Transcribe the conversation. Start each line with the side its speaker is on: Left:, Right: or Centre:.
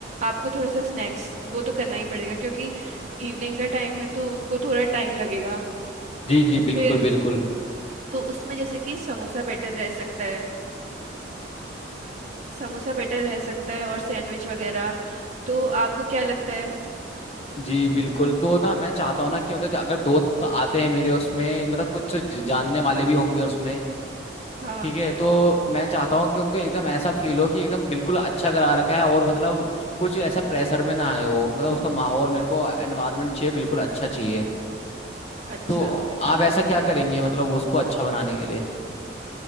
Right: आपको थोड़ा सा स्नैक्स वो तो करना ही पड़ेगा क्योंकि इवनिंग का टाइम है तो उनको थोड़ा टाइम लगेगा
Left: जी जी
Right: फिर
Left: बिल्कुल बिल्कुल
Right: तो उसमें जैसे कि समोसा बेटर रह सकता है समोसा बेटर रह सकता है और सैंडविच वगैरह तो आपको क्या लगता है
Left: जी बिल्कुल तो ना मैं चाहता हूँ ना कि मतलब अगर दोस्त तो आते हैं मेरे उसमें मतलब कुछ ज- जानने
Right: हम्म
Left: वाले भी होंगे उसमें
Right: हाँ
Left: ठीक है तो मैं चाहता हूँ कि उनको एकदम ऐसा फील हो कि एकदम बिल्कुल अच्छा करा रखा है और मतलब कुछ ऐसा प्रेशर में ना आए हो मतलब उसका माहौल मेरे को एनवायरनमेंट चाहिए बिल्कुल अच्छा चाहिए
Right: अच्छा
Left: तो आप ऐसा क्या करेंगे मतलब उसको अच्छा बनाने के लिए